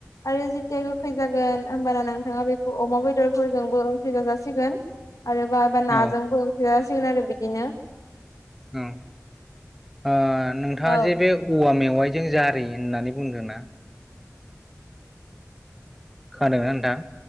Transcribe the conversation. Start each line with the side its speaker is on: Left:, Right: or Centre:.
Left: आरो जेथिया गोखै जागोन होमबाना नोंथाङा बेखौ अमा बेदरफोरजोंबो ओंख्रि जाजासिगोन। आरोबा बा नाजोंबो
Centre: औ
Left: ओंख्रि जासिगोन आरो बिदिनो।
Centre: ओम ओ नोंथाङा
Left: औ
Centre: जे बे औवा मेव आइजों जारि होननानै बुंदों ना। खोनादों ना नोंथां।